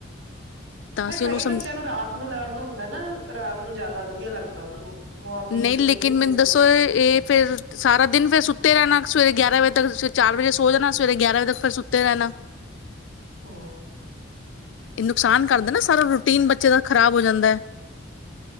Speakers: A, on the left; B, on the right.
A: ਤਾਂ
B: ਫੇਰ
A: ਅਸੀਂ
B: ਕਈ
A: ਉਹਨੂੰ ਸਮ
B: ਬੱਚਿਆਂ ਨੂੰ ਰਾਤ ਨੂੰ ਲਰਨ ਹੁੰਦਾ ਨਾ ਰਾਤ ਨੂੰ ਜਿਆਦਾ ਵਧੀਆ ਲੱਗਦਾ। ਉਹਨਾਂ ਨੂੰ ਮੋਰਨਿੰਗ
A: ਨਹੀਂ
B: ਚ
A: ਲੇਕਿਨ
B: ਹੋ
A: ਮੈਨੂੰ ਦੱਸੋ
B: ਪਾਉਂਦਾ
A: ਇਹ ਫੇਰ ਸਾਰਾ ਦਿਨ ਫੇਰ ਸੁੱਤੇ ਰਹਿਣਾ ਸਵੇਰੇ ਗਿਆਰਾਂ ਵਜੇ ਚਾਰ ਵਜੇ ਸੋ ਜਾਣਾ ਸਵੇਰੇ ਗਿਆਰਾਂ ਵਜੇ ਤੱਕ ਫਿਰ ਸੁੱਤੇ ਰਹਿਣਾ।
B: ਹੂੰ
A: ਇਹ ਨੁਕਸਾਨ ਕਰਦਾ ਨਾ ਸਾਰਾ ਰੂਟੀਨ ਬੱਚੇ ਦਾ ਖ਼ਰਾਬ ਹੋ ਜਾਂਦਾ ਹੈ।